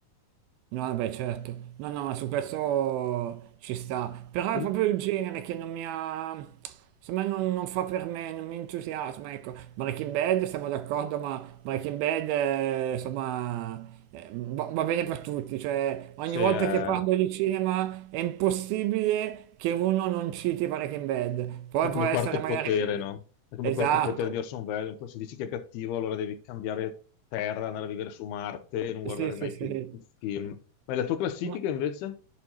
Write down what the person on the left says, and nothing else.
E
Se,
eh,
È come
quarto
potere, no? È come
quarto potere di Orson Welles. Poi se dici che è cattivo, allora devi cambiare terra, andare a vivere su Marte e non guardare
mai
più un film. Ma la tua classifica
invece?